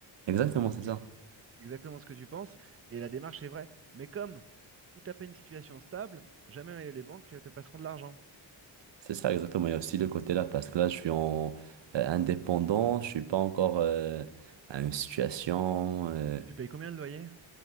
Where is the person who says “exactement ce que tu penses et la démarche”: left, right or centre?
Right